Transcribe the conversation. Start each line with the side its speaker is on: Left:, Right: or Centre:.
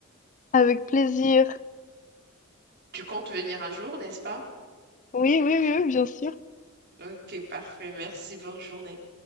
Left: Avec plaisir.
Right: Tu comptes venir un jour, n'est-ce pas?
Left: Oui, oui, oui, bien sûr.
Right: Ok, parfait. Merci. Bonne journée.